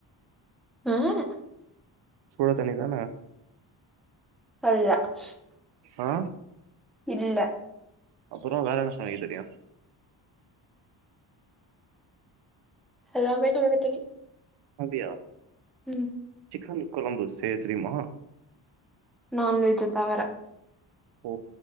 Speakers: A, in the centre; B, on the right.
A: நல்லால
B: சூட தண்ணி தான
A: <unintelligible>
B: ஆ
A: இல்ல
B: அப்பறோ வேற என்ன சமைக்க தெரியு
A: அல்லாமே சமைக்கத் தெரியு
B: அப்டியா
A: ம்
B: சிக்கன் கொழம்பு செய்ய தெரிமா
A: நான்வெஜ்ஜ தவற
B: ஓ